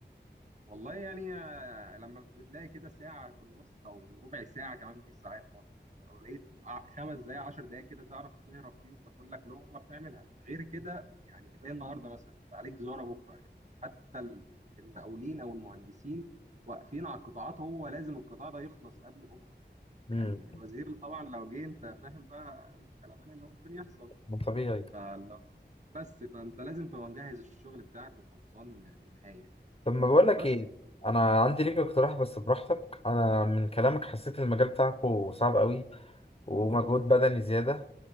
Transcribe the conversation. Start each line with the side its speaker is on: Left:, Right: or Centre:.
Right: والله يعني آه، لما بتلاقي كده ساعة في النص أو ربع ساعة كمان مفيش ساعات خالص أنت لو لقيت ع- خمس دقايق عشر دقايق كده تعرف تهرب فيهم تاكل لك لقمة بتعملها غير كده يعني زي النهاردة مثلا أنت عليك زيارة بكرة ال- حتى ال- المقاولين أو المهندسين واقفين على القطاعات هو لازم القطاع ده يخلص قبل بكرة يعني
Left: امم
Right: الوزير طبعا لو جه أنت فاهم بقى القلبان اللي ممكن يحصل
Left: ما طبيعي
Right: فلو بس فأنت لازم تبقى مجهز الشغل بتاعك وخلصان للنهاية يعني
Left: طب ما بقول لك
Right: بس
Left: ايه انا عندي ليك اقتراح بس براحتك انا من كلامك حسيت المجال بتاعكو صعب قوي ومجهود بدني زياده